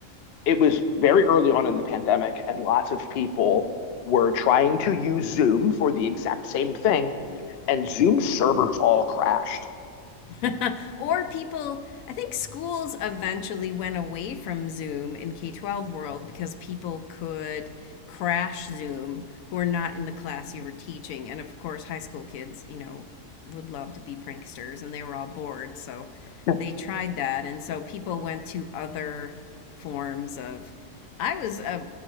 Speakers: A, on the left; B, on the left.
A: it was very early on in the pandemic, and lots of people were trying to use Zoom for the exact same thing, and Zoom servers all crashed.
B: <laughs> or people, I think schools eventually went away from Zoom in K 12 world because people could crash Zoom who are not in the class you were teaching. And of course, high school kids, you know, would love to be pranksters and they were all bored. So
A: Yeah.
B: they tried that. And so people went to other forms of, I was uh,